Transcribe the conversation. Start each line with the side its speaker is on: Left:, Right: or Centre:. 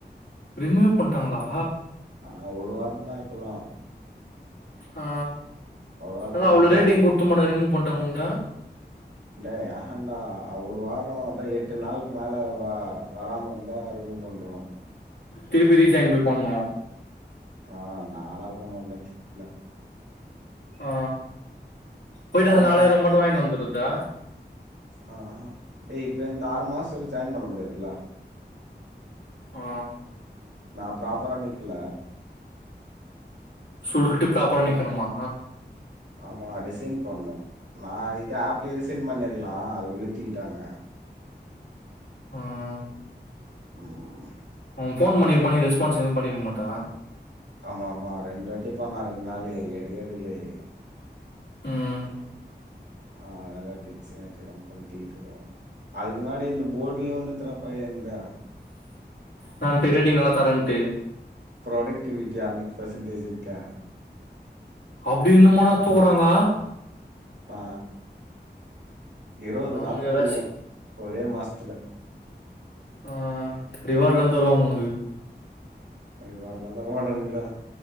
Left: ரிமூவே பண்ட்டாங்களா
Right: ஆ ஒரு வாரந்தா இப்பல்லா
Left: ஆ
Right: வாரத்துக்கு
Left: இவ அவ்ளோ
Right: மேல
Left: ரேட்டிங் குடுத்துமாடா ரிமூவ் பண்ட்டாங்க உந்த
Right: டே ஏன்டா அ ஒரு வாரோ அதா எட் ட்டு நாளைக்கு மேலே வ வராம இருந்தா ரிமூவ் பண்றுவ
Left: திருப்பி ரீஜாயின் பேய் பண்ணு
Right: ஆ நாலா போமாட்டண்டா திருப்பிலா
Left: ஆ போயிட்டு
Right: போன
Left: அந்த நாளாயிரூவா மட்டு வாங்கினு வந்துருடா
Right: ஆஹ டேய் இப்போ இந்த ஆறு மாசத்துல ஜாயின் பண்ண முடியாதுல்ல
Left: ஆ
Right: நா ப்ராப்பரா நிக்ல
Left: சொல்ட்டு ப்ராப்பரா
Right: போ
Left: நிக்கனுமா
Right: ஆமா ரிசைன் பண்ணு நா இது ஆப்லே ரிசைன் பண்ணிர்லா அதுக்குள்ளே தூக்கிட்டாங்க
Left: ம்
Right: ம்.
Left: அவ ஃபோன் பண்ணிருப்பா நீ ரெஸ்பான்ஸ் எதுவும் பண்ணிருக மாட்ட
Right: ஆமா ஆமா ரெண்டு வாட்டி பண்ணா ரெண்டு நாள் எடுக்கவே எடுக்லையே
Left: ம்
Right: ஆ அதெல்லா டென்ஷன் ஆய்ட்டுருக்கா போல தெரிதுடா அதுக்கு முன்னாடி இந்த போர்டலே வந்துட் த்திரபாய இந்தா
Left: நா திரி டி நல்லா தரன்ட்டு
Right: ப்ரோடக்டிவிட்டி ஹண்ரெட் பர்சன்டேஜ்ன்ட்ட
Left: அப்டி இந்துமாடா தூகுறாங்க
Right: ஆ இருவது
Left: அவங்க
Right: நாள் போய்கிறே
Left: ஏதாச்சு
Right: ஒரே மாஸ்த்துல
Left: ஆ ரிவாட்லா தருவாங்க உனுக்கு
Right: எனுக் ரிவாட்லா தரமாட்டானுங்டா